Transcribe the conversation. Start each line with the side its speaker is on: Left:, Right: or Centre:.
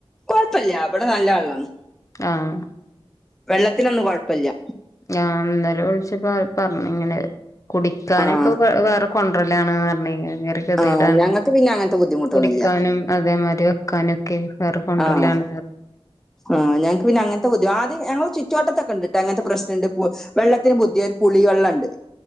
Centre: കൊഴപ്പല്യ ഇവിടെ നല്ല വെള്ളാണ്
Left: ആഹ്
Centre: വെള്ളത്തിനൊന്നും കെഴപ്പല്യാ
Left: ഞാൻ ഇന്നലെ വിളിച്ച് പറഞ്ഞ് ഇങ്ങനെ കുടിക്കാനൊക്കെ
Centre: ആഹ്
Left: വേറെ കൊണ്ടരലാണ്ന്ന് പറഞ്ഞ ഭയങ്കര ഗതികേടാണ്
Centre: ആഹ് ഞങ്ങക്ക് പിന്നെ അങ്ങനത്തെ ബുദ്ധിമുട്ടൊന്നുല്ല
Left: കുടിക്കാനും അതേമാതിരി വെക്കാനൊക്കെ വേറെ കൊണ്ടുവരലാണ്
Centre: ആഹ് ആഹ് ഞൾക്ക് പിന്നെങ്ങനത്തെ ബുദ്ധിമു ആദ്യം ഞങ്ങൾ ചുറ്റുവട്ടത്തൊക്കെ ഉണ്ട്ട്ട് അങ്ങനത്തെ പ്രശ്നണ്ട് വെള്ളത്തിന് പുദ്ധയ ഒരു പുളി വെള്ളണ്ട്